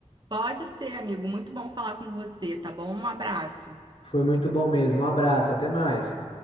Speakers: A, on the right (about 40°); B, on the left (about 60°).
A: Pode ser, amigo. Muito bom falar com você, tá bom? Um abraço.
B: Foi muito bom mesmo. Um abraço, até mais.